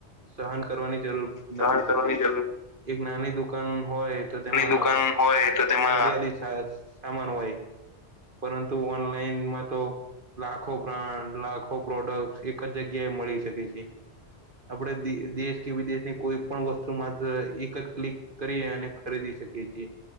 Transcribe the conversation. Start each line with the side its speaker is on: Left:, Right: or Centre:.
Right: સહન કરવાની જરૂર નથી
Left: સહન
Right: પડતી
Left: કરવાની જરૂર
Right: એક નાની દુકાન હોય તો તેમાં
Left: ની દુકાન હોય તો તેમાં
Right: મર્યાદિત સ-સામાન હોય પરંતુ ઓનલાઈનમાં તો લાખો બ્રાન્ડ લાખો પ્રોડક્ટ્સ એક જ જગ્યા મળી શકે છે. આપડે દે-દેશ કે વિદેશની કોઈ પણ વસ્તુ માત્ર એક જ ક્લિક કરીએ અને ખરીદી શકીએ છીએ.